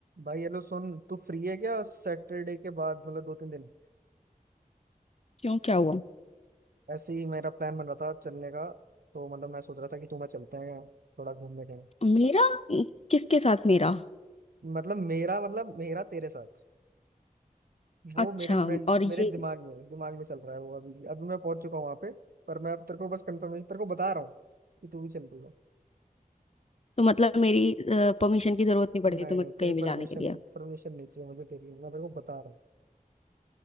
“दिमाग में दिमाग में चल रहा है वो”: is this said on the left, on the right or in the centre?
Right